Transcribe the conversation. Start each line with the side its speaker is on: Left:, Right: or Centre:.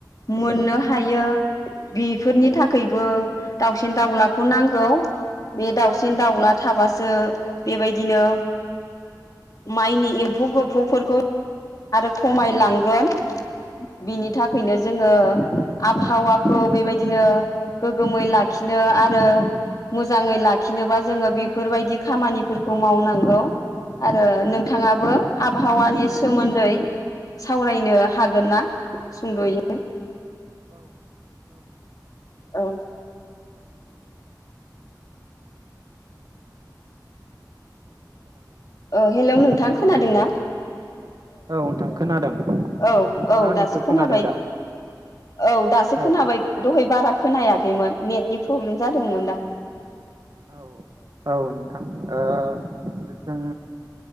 Left: मोननो हायो बि फोरनि थाखायबो दाउसिन दाउलाखौ नांगौ बे दाउ सिन दाउला थाबासो बेबायदिनो माइनि एम्फौ गोफौफोरखौ आरो खमायलां। गोन बिनि थाखायनो
Right: ओ
Left: जोङो आबहावाखौ बेबाय दिनो गोगोमै लाखिनो आरो मोजाङै ला खिनोबा जोङो बेफोरबायदि खामानिफोर खौ मावनांगौ आरो नोंथाङाबो आबहावानि सोमोन्दै सावरायनो हागोन ना सुंद'यै
Right: औ औ नोंथां <unintelligible>
Left: औ
Right: नोंथां <unintelligible> फोरानो आबहावाफोरखौ
Left: औ हेलौ नोंथां
Right: रैखा खालामनांगोन।
Left: खोनादोंना
Right: औ नोंथां खोनादों नोंथाङा
Left: औ औ
Right: आंनिखौ
Left: दासो खोनाबाय
Right: खोनादों दा।
Left: औ दासो खोनाबाय
Right: औ
Left: दहाय बारा खोनायाखैमोन नेटनि प्रब्लेम जादोंमोन दा।
Right: औ औ नोंथां ओ जों